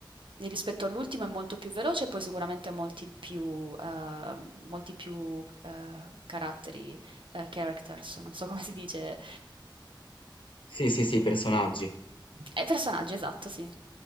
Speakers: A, on the right; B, on the left.
A: e rispetto all'ultimo è molto più veloce e poi sicuramente molti più, ehm, molti più, ehm, caratteri, ehm, characters, non so <laughs> come si dice.
B: Sì, sì, sì, personaggi.
A: Eh, personaggi, esatto, sì.